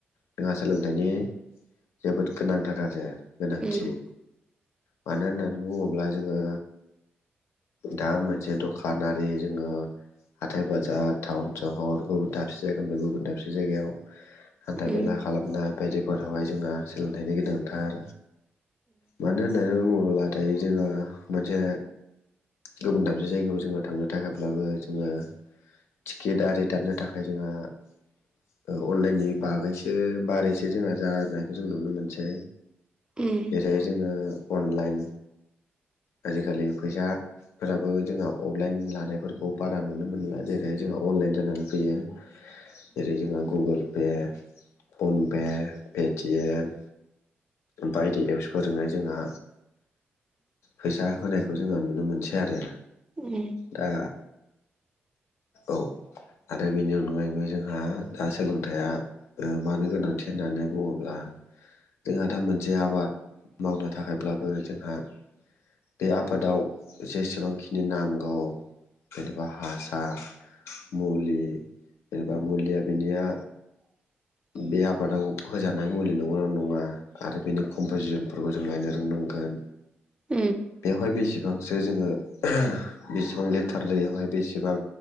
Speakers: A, on the left (about 80°); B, on the right (about 20°).
A: दोंहा सोलोंथाइनि जोबोद गोनांथार आरो गोनांथि।
B: उम उम औ
A: मानो होननानै बुङोब्ला जोङो दा मोनसे दख खानारि जोङो हाथाय बाजार टाउन सहर गुबुन दाबसे जायगानिफाय गुबुन दाबसे जायगायाव हान्था
B: उम
A: मेला खालामनाय बायदि फोरावहाय जोंहा सोलोंथाइनि गोनांथार। मानो होननानै बुङोब्ला दायो जोङो मोनसे गुबुन दाबसे जायगायाव जोङो थांनो थाखायब्लाबो जोङो थि गेट आरि दाननो थाखाय जोंहा ओ अनलायननि बागैसो बारैसो जोंहा जानायखौ जों नुनो मोनसै।
B: उम
A: जेरै जोङो अनलाइन आजिखालि फैसा फोराबो जोंहा अफलाइन लानायफोरखौ बारा नुनो मोनला जेरैहाय जोङो अनलाइन जानानै फैयो। जेरै जोंहा गुगोल पे फनपे, पेटिएम। बायदि एप्स फोरजों हाय जोंहा फैसा होनायखौ जोङो नुनो मोनसै आरो।
B: उम औ उम
A: दा औ। आरो बेनि अनगायैबो जोंहा दा सोलोंथाइया मानो गोनांथि होननानै बुङो ब्ला जोंहा दा मोनसे आबाद मावनो थाखायब्लाबो जोंहा बे आबादाव जेसेबांखिनि नांगौ जेनेबा हासार मुलि जेनेबा मुलिया बिनिया
B: <inaudible>
A: बे आबादाव होजानाय मुलि नंगौ नङा। आरो बेनि कमपजिसनफोरखौ जों नायनो रोंनांगोन।
B: <inaudible>
A: बेवहाय बेसेबांसो जोङो बेसेबां लिटार दैयावहाय बेसेबां